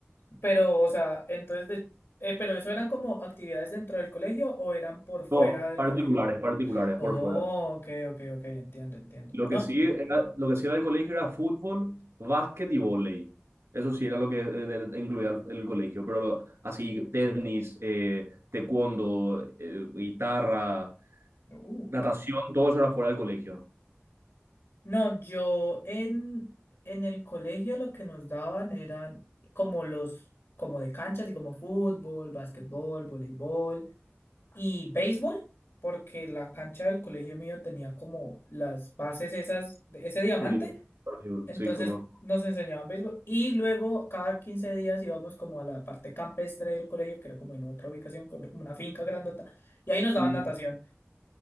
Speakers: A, on the left; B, on the right.
A: Pero, o sea, entonces de... eh, pero eso eran como actividades dentro del colegio o eran por fuera
B: No,
A: del
B: particulares,
A: colegio.
B: particulares,
A: Oh,
B: por fuera.
A: ok, ok, ok, entiendo, entiendo.
B: Lo
A: No,
B: que sí era, lo que sí era el colegio era fútbol, básquet y vóley. Eso sí era lo que eh, eh, incluía el, el colegio, pero lo- así, tenis, eh, taekwondo, eh, guitarra,
A: Uh,
B: natación, todo eso era fuera del colegio.
A: no, yo en, en el colegio lo que nos daban eran como los, como de canchas y como fútbol, básquetbol, voleibol y béisbol, porque la cancha del colegio mío tenía como las bases esas, de ese diamante.
B: Sí, Brasil,
A: Entonces
B: sí, conozco.
A: nos enseñaban béisbol y luego cada 15 días íbamos como a la parte campestre del colegio, que era como en otra ubicación, como como una finca grandota, y ahí nos daban
B: Ujú.
A: natación.